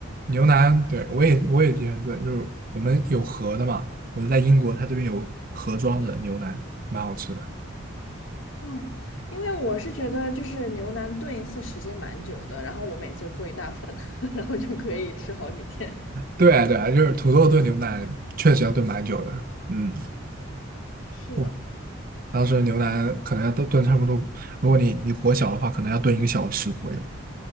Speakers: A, on the right; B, on the left.
A: 牛腩，对，我也我也经常炖，就是我们有盒的嘛，我在英国，它这边有盒装的牛腩，蛮好吃的。
B: 嗯，因为我是觉得就是牛腩炖一次时间蛮久的，然后我每次就做一大份，<laughs> 然后就可以吃好几天。
A: 对啊，对啊，就是土豆炖牛腩确实要炖蛮久的，嗯，
B: 是的，
A: 我当时牛腩可能要炖炖差不多，如果你你火小的话，可能要炖一个小时左右，